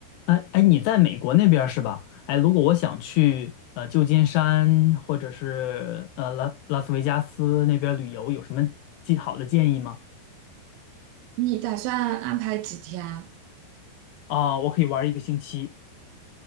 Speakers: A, on the left; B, on the right.
A: 哎哎，你在美国那边儿是吧？哎，如果我想去呃旧金山或者是呃拉拉斯维加斯那边儿旅游，有什么建好的建议吗？
B: 你打算安排几天啊？
A: 啊、我可以玩儿一个星期。